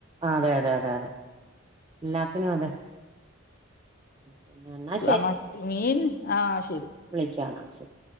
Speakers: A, on the right; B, on the left.
A: ആ അതെ അതെ അതെ എല്ലാത്തിനും അതെ പിന്നെ എന്നാ
B: മ മീൻ ആഹ ശരി
A: വിളിക്കാ നാ ശെരി